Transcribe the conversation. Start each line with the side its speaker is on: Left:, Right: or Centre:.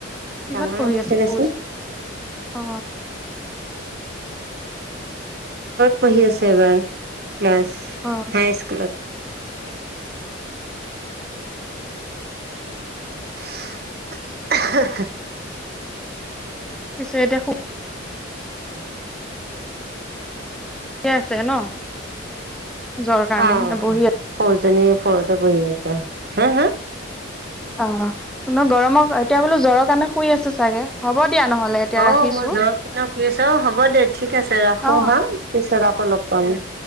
Centre: কিহত
Right: ডাঙৰে
Centre: পঢ়ি
Right: হৈছে
Centre: আছে সৰুজন
Right: দেচোন।
Centre: অ।
Right: পঢ়ি আছে এবাৰ ক্লাছ
Centre: অ
Right: হাই স্কুলত। <inaudible>
Centre: পিছে এতিয়া সুক -
Right: <inaudible>
Centre: ঠিকে আছে ন। জ্বৰ কাৰণে
Right: অ,
Centre: নে বহি
Right: সৰুজনীৰ ফৰতে পঢ়ি আছে হে - হে?
Centre: অ, গৰমত এতিয়া বোলো জ্বৰৰ কাৰণে শুই আছে চাগে, হ'ব দিয়া নহ'লে। এতিয়া
Right: অ,
Centre: ৰাখিছো
Right: মই জ্বৰ কিনা শুই আছোঁ। অ, হ'ব দে ঠিক আছে ৰাখো
Centre: অ
Right: হা। পিছত আকৌ লগ পাম।